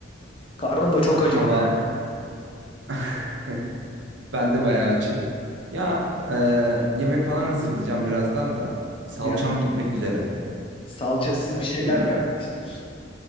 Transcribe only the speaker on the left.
Karnım da çok acıktı.
Ne yap-
Salçasız
bir şeyler
mi yapmak istiyorsun?